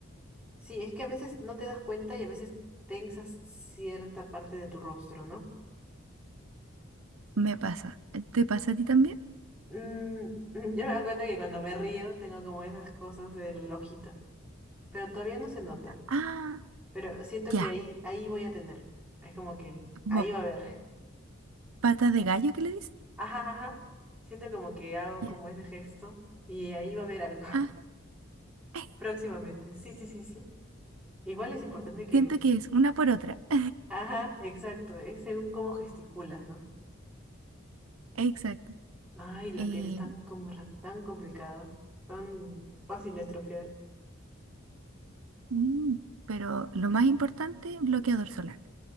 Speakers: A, in the centre; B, on the right.
A: Sí, es que a veces no te das cuenta y a veces tensas cierta parte de tu rostro, ¿no?
B: Me pasa. ¿Te pasa a ti también?
A: Mm, <laughs> yo me doy cuenta que cuando me río tengo como esas cosas del ojito, pero todavía no se nota,
B: Ah,
A: pero siento
B: ya.
A: que ahí, ahí voy a tener. Es como que
B: Como
A: ahí va a haber. <laughs>
B: patas de gallo, ¿qué le dicen?
A: Ajá, ajá. Siento como que hago
B: Ya.
A: como ese gesto y ahí va a haber algo
B: Ah,
A: <laughs>
B: <laughs>
A: próximamente. Sí, sí, sí, sí. Igual es importante que...
B: siento que es una por otra. <laughs>
A: Ajá, exacto, es según cómo gesticulas, ¿no?
B: Exacto.
A: Ay, la
B: Eh,
A: piel es tan, com- tan complicada, tan fácil de estropear.
B: mm, pero lo más importante, bloqueador solar.